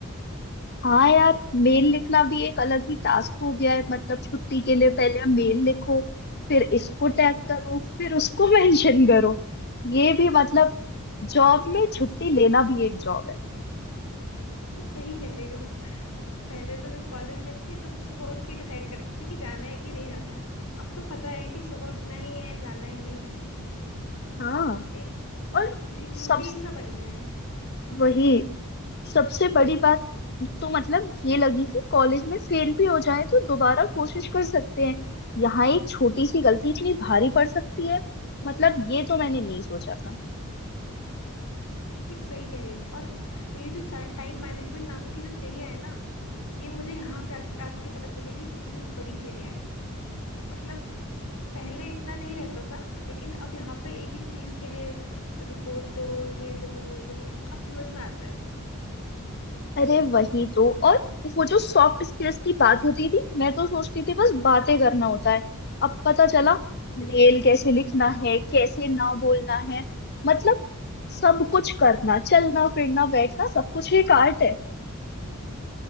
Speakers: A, on the left; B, on the left.
A: हाँ यार मेल लिखना भी एक अलग ही टास्क हो गया है मतलब छुट्टी के लिए
B: <laughs>
A: पहले मेल लिखो फिर इसको
B: सही
A: टैग
B: में
A: करो फिर उसको <laughs> मेंशन करो ये भी मतलब जॉब में छुट्टी लेना भी एक जॉब है
B: सही कह रहे हो पहले तो जब कॉलेज में थे तो सुबह उठ के डिसाइड करते थे कि जाना है कि नहीं जाना है अब तो पता है कि सुबह उठना ही है जाना ही है
A: हाँ
B: एक
A: और
B: एक रूटीन
A: सब
B: सा बन गया है
A: वही सबसे बड़ी बात तो मतलब ये लगी कि कॉलेज में फेल भी हो जाए तो दोबारा कोशिश कर सकते हैं यहाँ एक छोटी सी गलती इतनी भारी पड़ सकती है मतलब ये तो मैंने नहीं सोचा था
B: <laughs> सही कह रही हो और ये जो टाइम मैनेजमेंट नाम की जो चिड़िया है ना ये मुझे यहाँ के आके आके पता चली कि कितनी बड़ी चिड़िया है मतलब पहले इतना नहीं रहता था लेकिन अब यहाँ पे एक एक चीज के लिए रिपोर्ट दो ये दो वो दो अब समझ में आता
A: अरे वही तो और वो जो सॉफ्ट स्किल्स की बात होती थी मैं तो सोचती थी बस बातें करना होता है अब पता चला
B: है <laughs>
A: मेल कैसे लिखना है कैसे ना बोलना है मतलब सब कुछ करना चलना फिरना बैठना सब कुछ एक आर्ट है